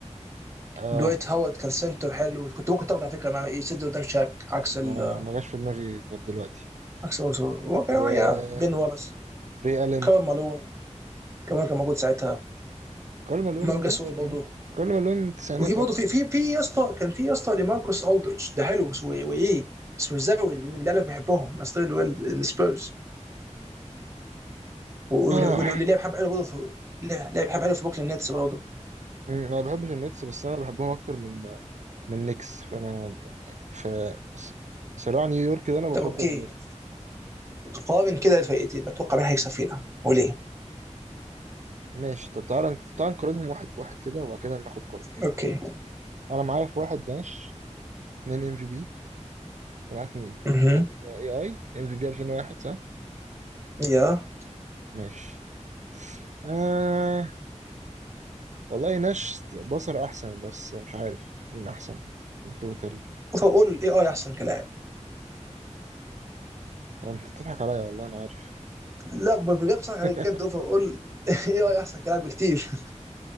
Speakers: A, on the right; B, on the right.
A: اه
B: دويت هاورد كان سنتر حلو كنت ممكن تاخده على فكره مع يسد قدام شاك عكس ال
A: ما ما جاش في دماغي غير دلوقتي
B: عكس هو كان
A: و
B: يا بين والاس
A: ري الين
B: كارل مالون كمان كان موجود ساعتها
A: كارل مالون
B: مارك جاسول
A: ماشي
B: برضه
A: كارل مالون تسعينات
B: وفي برضه
A: اكتر
B: في في
A: يعني
B: في يا اسطى كان في يا اسطى لماركوس الدريتش ده حلو بس و- وايه سوزاوي اللي قالك بحبهم اصل ال- ال- السبيرز واللي
A: آه.
B: واللي لعب حبه حلو برضه في لعب حبه حلو في بوكلين نتس برضه
A: أمم، انا ما بحبش النتس بس انا بحبهم اكتر من من نيكس فانا في ص- صراع نيويورك ده انا بفضل
B: طب اوكي
A: النتس
B: قارن كده الفرقتين بتوقع مين هيكسب فينا وليه؟
A: ماشي طب تعالى تعالى نقارنهم واحد بواحد كده وبعد كده ناخد قرار
B: اوكي
A: انا معايا في واحد ناش اتنين ام في بي انت معاك مين؟
B: مهم.
A: آه، اي اي ام في بي 2001 صح؟
B: يا
A: ماشي آه والله ناش بصر احسن بس مش عارف مين احسن التوتال
B: اوفر اول اي اي احسن كلاعب
A: انت بتضحك عليا والله انا عارف
B: لا ب- بجد بصراحه
A: <laughs>
B: يعني بجد اوفر اول <laughs> اي اي احسن كلاعب بكتير